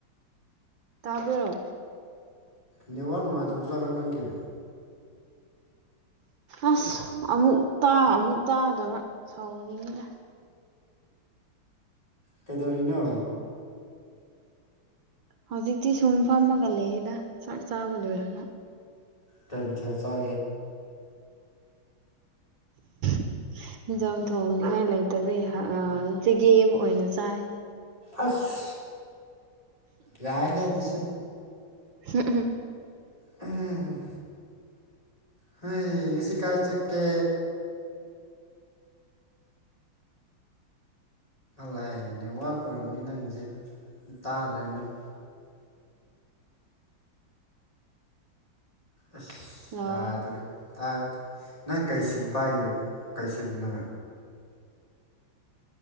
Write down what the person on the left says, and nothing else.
ꯅꯕꯥ ꯅꯅꯨꯡꯉꯥꯏꯗꯕꯨꯖꯔ ꯅꯒꯦ
ꯀꯩꯗꯧꯔꯤꯅꯣ
ꯀꯩꯃꯤꯊꯤ ꯍꯁꯥ
ꯑꯁ ꯌꯥꯏ ꯍꯦ ꯑꯗꯨꯁꯨ
ꯎꯝ ꯍꯣꯏ ꯁꯤ ꯀꯥ ꯆꯠꯀꯦ ꯂꯥꯏꯑ ꯅꯦꯠꯋꯥꯛ ꯑꯣꯏꯔꯝꯃꯤ ꯅꯪꯁꯦ ꯇꯥꯗ꯭ꯔꯦ ꯑꯃꯨꯛ ꯑꯁ
ꯌꯥꯗ꯭ꯔꯦ ꯇꯥꯏ ꯅꯪ ꯀꯩꯁꯤꯝ ꯄꯥꯏ ꯀꯩꯁꯤꯅꯣ